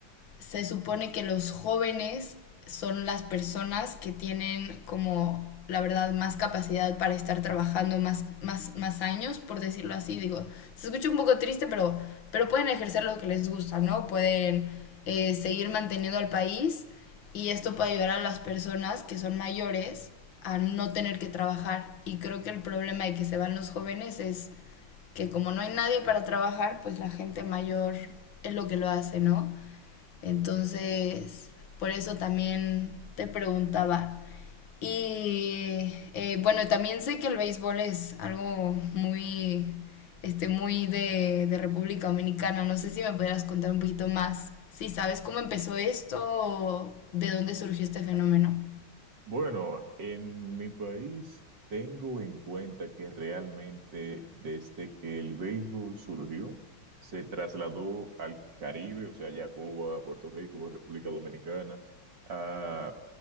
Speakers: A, on the left (about 70°); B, on the right (about 60°).
A: se supone que los jóvenes son las personas que tienen como la verdad más capacidad para estar trabajando más, más, más años, por decirlo así. Digo, se escucha un poco triste, pero, pero pueden ejercer lo que les gusta, ¿no? Pueden eh, seguir manteniendo al país y esto puede ayudar a las personas que son mayores a no tener que trabajar. Y creo que el problema de que se van los jóvenes es que como no hay nadie para trabajar, pues la gente mayor es lo que lo hace, ¿no? Entonces, por eso también te preguntaba. Y eh, bueno, también sé que el béisbol es algo muy, este, muy de, de República Dominicana. No sé si me pudieras contar un poquito más. Si sabes cómo empezó esto o de dónde surgió este fenómeno.
B: Bueno, en mi país tengo en cuenta que realmente desde que el béisbol surgió, se trasladó al Caribe, o sea, ya a Cuba, Puerto Rico, República Dominicana, a-